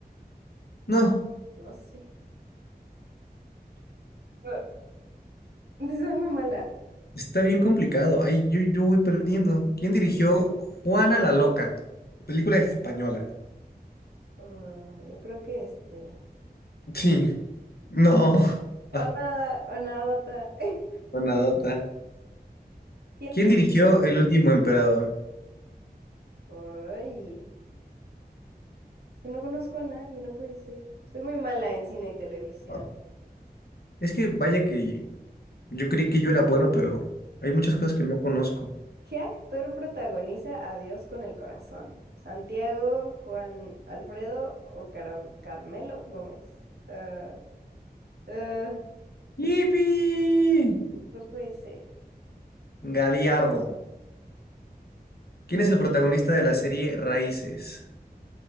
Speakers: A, on the left; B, on the right.
A: No,
B: No sé. Ah, <laughs> Soy muy mala.
A: está bien complicado. Ay, yo, yo voy perdiendo. ¿Quién dirigió Juana la Loca? Película española.
B: Ah, yo creo que este.
A: Sí. No. <laughs>
B: O
A: Ah,
B: nada, o nadota. <laughs>
A: Buenadota.
B: ¿Quién
A: ¿Quién
B: dirigió?
A: dirigió El último emperador?
B: Ay, es que no conozco a nadie, no puede ser. Soy muy mala en cine y televisión.
A: Ah, Es que vaya que yo creí que yo era bueno, pero hay muchas cosas que no conozco.
B: ¿Qué actor protagoniza Adiós con el corazón? ¿Santiago, Juan Alfredo o Caram- Carmelo Gómez? Ah, ah.
A: ¡Yipi!
B: No puede ser.
A: Galiardo. ¿Quién es el protagonista de la serie Raíces?